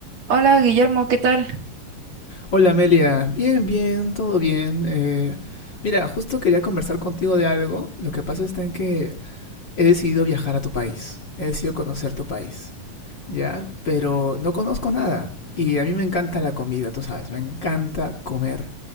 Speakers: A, on the right (about 55°); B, on the left (about 40°).
A: Hola Guillermo, ¿qué tal?
B: Hola Amelia, bien, bien, todo bien. Eh, mira, justo quería conversar contigo de algo. Lo que pasa está en que he decidido viajar a tu país, he decidido conocer tu país, ¿ya? Pero no conozco nada y a mí me encanta la comida, tú sabes, me encanta comer.